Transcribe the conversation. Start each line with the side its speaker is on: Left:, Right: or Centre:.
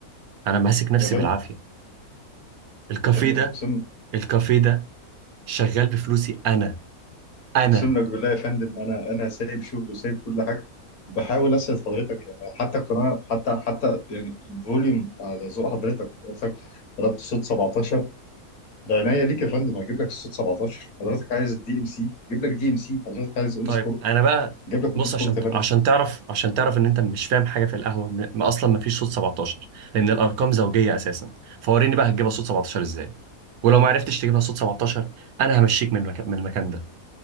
Right: انا ماسك نفسي
Left: يا فندم
Right: بالعافيه الكافيه
Left: يا فندم
Right: ده
Left: اقسم
Right: الكافيه ده شغال بفلوسي انا انا
Left: اقسم لك بالله يا فندم انا انا سايب شغلي وسايب كل حاجه وبحاول اسعد حضرتك يعني حتى القناه حتى حتى يعني الفوليوم على ذوق حضرتك حضرتك طلبت صوت 17 ده عينيا ليك يا فندم هجيب لك الصوت 17 حضرتك عايز دي ام سي جيب لك دي ام سي حضرتك عايز اون
Right: طيب
Left: سبورت
Right: انا بقى
Left: جيب لك
Right: بص
Left: اون سبورت
Right: عشان
Left: يا فندم
Right: عشان تعرف عشان تعرف ان انت مش فاهم حاجه في القهوه م- ما اصلا ما فيش صوت 17 لان الارقام زوجيه اساسا فوريني بقى هتجيبها صوت 17 ازاي ولو ما عرفتش تجيبها صوت 17 انا همشيك من المكان من المكان ده